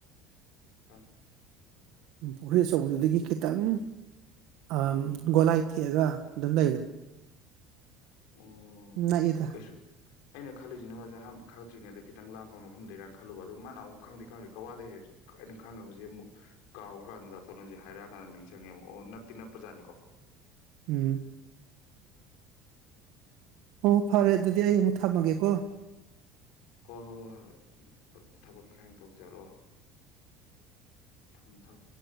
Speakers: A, on the left; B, on the right.
A: ꯈꯪ
B: ꯎꯝ, ꯄꯨꯈ꯭ꯔꯤ ꯑꯆꯧꯕꯗꯨꯗꯒꯤ ꯈꯤꯇꯪ ꯑꯝ ꯒꯣꯂꯥꯏ ꯊꯦꯛꯑꯒ ꯑꯗꯨꯝ ꯂꯩꯔꯦ
A: ꯑꯣ
B: ꯅꯛꯏꯗ
A: ꯀꯩꯁꯨ ꯑꯩꯅ ꯈꯜꯂꯤꯁꯤꯅ ꯃꯥꯖꯦ ꯑꯍꯥꯟꯕ ꯈꯪꯗ꯭ꯔꯤꯉꯩꯗ ꯈꯤꯇꯪ ꯂꯥꯞꯄ ꯃꯐꯝꯗꯒꯤꯔꯥ ꯈꯜꯂꯨꯕ ꯑꯗꯨ ꯃꯥꯅ ꯑꯃꯨꯛ ꯈꯪꯗꯦ ꯈꯪꯗ꯭ꯔꯦ ꯀꯋꯥꯗꯩ ꯍꯥꯏꯕꯁꯤ <unintelligible> ꯍꯧꯖꯤꯛ ꯑꯃꯨꯛ ꯀꯥꯎꯔꯀꯥꯟꯗ <unintelligible> ꯍꯥꯏꯔꯛ ꯀꯥꯟꯗ ꯅꯤꯡꯁꯤꯡꯉꯦꯕ ꯑꯣ ꯅꯛꯇꯤ ꯅꯛꯄꯖꯥꯠꯅꯤꯀꯣ
B: ꯎꯝ ꯍꯣ ꯐꯔꯦ ꯑꯗꯨꯗꯤ ꯑꯩ ꯑꯃꯨꯛ ꯊꯝꯃꯒꯦꯀꯣ
A: ꯍꯣꯏ ꯍꯣꯏ ꯍꯣꯏ ꯍꯣꯏ ꯊꯕꯛ ꯏꯪꯈꯥꯡ ꯇꯧꯖꯔꯣ ꯊꯝ ꯊꯝ